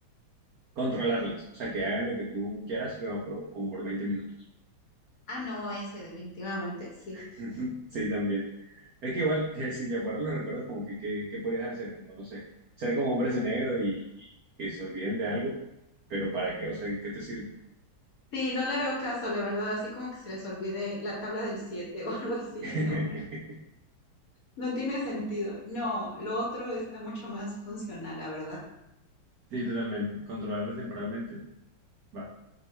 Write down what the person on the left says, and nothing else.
Ah, no, ese definitivamente, sí.
Sí, no le veo caso, la verdad, así como que se les olvide la tabla del 7 o <laughs> algo así,
no, no tiene sentido. No, lo otro está mucho más funcional, la verdad.